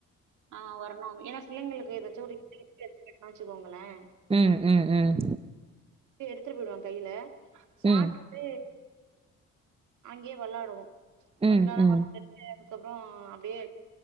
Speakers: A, on the right; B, on the right.
A: ஆ வரணும் ஏனா பிள்ளை களுக்கு ஏதாச்சு ஒரு இட்லி கெட்டி வெச்சுக்கோங்களேன்
B: ம் ம் ம்
A: எடுத்துட்டு போயிடுவான் கையில சாப்பிட்டு
B: ம்,
A: அங்கேயே வெளையாடுவோ கொஞ்ச
B: ம்,
A: நேர
B: ம்.
A: வெளன்ட்டு அதுக்கு அப்றோ அப்டியே